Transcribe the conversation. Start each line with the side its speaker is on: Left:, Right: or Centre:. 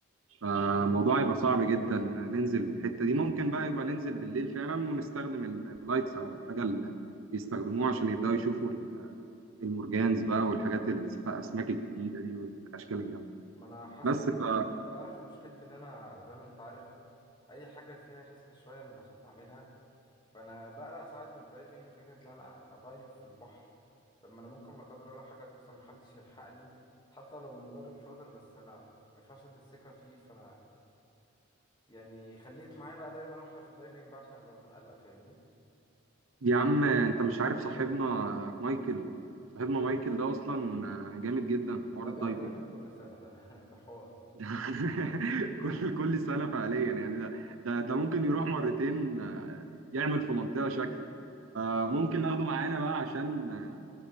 Right: فالموضوع يبقى صعب جدا ننزل الحته دي ممكن بقى يبقى ننزل بالليل فعلا ونستخدم ال- اللايتس او الحاجه اللي بيستخدموها عشان يبداوا يشوفوا ال- المرجانز بقى والحاجات الس- الاسماك الجديده دي والاشكال الجامده
Left: ما انا حاصل
Right: بس ف
Left: انت عارف مشكلتي ان انا زي ما انت عارف اي حاجه فيها ريسك شويه انا بخاف اعملها فانا بقلق ساعات من الدايفنج فكره ان انا ادايف في البحر طب ما انا ممكن لا قدر الله حاجه تحصل محدش يلحقني حتى لو مدرب شاطر بس انا ما ينفعش ادي الثقه فيه فانا يعني خليك معايا بقى دايما واحنا في الدايفنج بقى عشان ابقى مقلق فاهمني
Right: يا عم انت مش عارف صاحبنا مايكل صاحبنا مايكل ده اصلا جامد جدا في حوار
Left: ده
Right: الدايفنج
Left: بيعمل دايفنج كل سنه ده <laughs> ده حوار
Right: <laughs> كل كل سنة فعليا يعني ده ده ده ممكن يروح مرتين آه، يعمل في منطقة شكل فممكن
Left: أو-
Right: ناخده معانا بقى عشان آه،